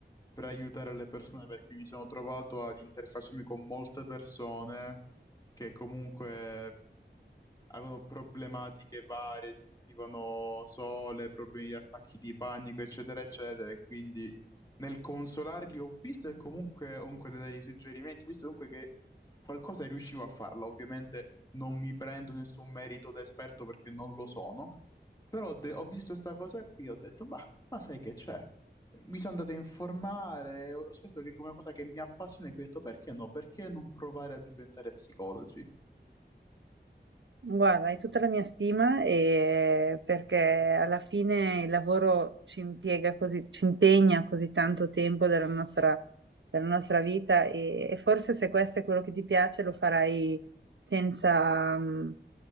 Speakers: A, on the left (about 20°); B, on the right (about 80°).
A: per aiutare le persone, perché mi sono trovato ad interfacciarmi con molte persone che comunque avevano problematiche varie, sentivano sole, problemi di attacchi di panico, eccetera, eccetera. E quindi nel consolarli ho visto e comunque, comunque nel dare dei suggerimenti, ho visto comunque che qualcosa riuscivo a farlo. Ovviamente non mi prendo nessun merito da esperto perché non lo sono, però de- ho visto questa cosa qui e ho detto, ma, ma sai che c'è? Mi sono andato a informare, ho scoperto che è una cosa che mi appassiona e qui ho detto perché no? Perché non provare a diventare psicologi?
B: Guarda, hai tutta la mia stima e- perché alla fine il lavoro ci impiega così, ci impegna così tanto tempo della nostra, della nostra vita e, e forse se questo è quello che ti piace lo farai senza, mm,